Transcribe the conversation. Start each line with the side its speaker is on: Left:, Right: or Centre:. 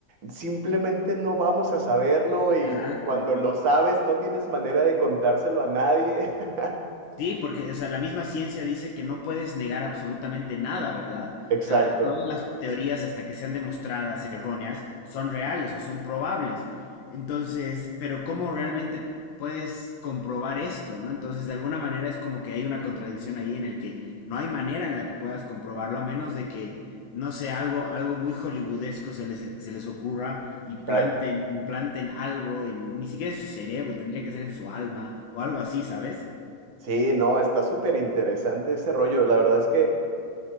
Right: simplemente no vamos a saberlo y
Left: Exacto.
Right: cuando lo sabes no tienes manera de contárselo a nadie? <laughs>
Left: Sí, porque, o sea, la misma ciencia dice que no puedes negar absolutamente nada, ¿verdad?
Right: Exacto,
Left: O sea, todas las teorías, hasta que sean demostradas erróneas, son reales o son probables. Entonces, pero ¿cómo realmente puedes comprobar esto, no? Entonces, de alguna manera es como que hay una contradicción ahí en el que no hay manera en la que puedas comprobarlo, a menos de que, no sé, algo, algo muy hollywoodesco se les, se les ocurra y
Right: claro.
Left: planten, implanten algo en, ni siquiera en su cerebro, tendría que ser en su alma o algo así, ¿sabes?
Right: Sí, no, está súper interesante ese rollo. La verdad es que...